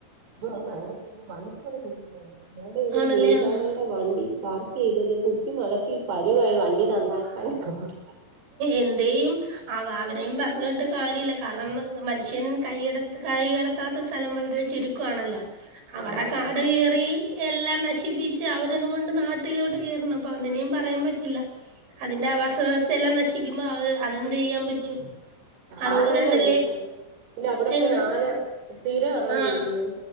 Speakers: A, on the right; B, on the right.
A: <unintelligible> വണ്ടി വരെ കുത്തിഇടല ഞങ്ങളെ ഇവിടെ
B: ആണല്ലേ?
A: ഒരു മീൻ കാരൻ
B: ആഹ്.
A: വണ്ടി പാർക്ക് ചെയ്തത് കുത്തിമലത്തി പരുവായി വണ്ടി നന്നാക്കാക്കാനൊക്കെ
B: എന്തയും അവ അവരെയും പറഞ്ഞ കേട്ടാര്യമില്ല കാരണം മനുഷ്യൻ കൈട കൈ കിടത്താത്ത സ്ഥലം വളരെ ചുരു യാണല്ലോ അവരുടെ
A: ആന-
B: കാട് കയറി എല്ലാം നശിപ്പിച്ച് അവരതുകൊണ്ട് നാട്ടിലോട്ട് കേയറണം. അപ്പൊ അതിനേും പറയാൻ പറ്റില്ല. അതിന്റെ ആവാസ വ്യവസ്ഥയ എല്ലാം നശിക്കുമ്പോ അത് അതെന്ത് ചെയ്യാൻ പറ്റും. അതുപോലെ
A: ആനയെ
B: തന്നെല്ലേ
A: കണ്ടില്ലയോ പിന്നെ അവിടെൊക്കെ
B: എന്തോ
A: ആന സ്ഥിര ഇറങ്ങൂല്ലയോ?
B: ആഹ്